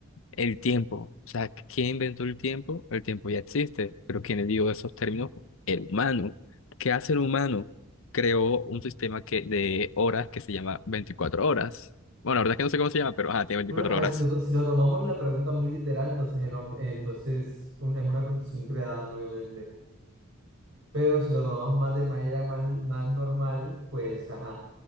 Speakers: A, on the left; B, on the right.
A: El tiempo, o sea, ¿quién inventó el tiempo? El tiempo ya existe, pero ¿quién le dio esos términos? El humano. ¿Qué hace el humano? Creó un sistema que, de horas que se llama 24 horas. Bueno, la verdad es que no sé cómo se llama, pero ajá, tiene 24
B: Bueno, a ver,
A: horas.
B: si lo, si lo tomamos la pregunta muy literal, entonces, el hombre, eh, entonces un- es una construcción creada, ¿no? obviamente. Pero si lo tomamos más de manera más, más normal, pues, ajá,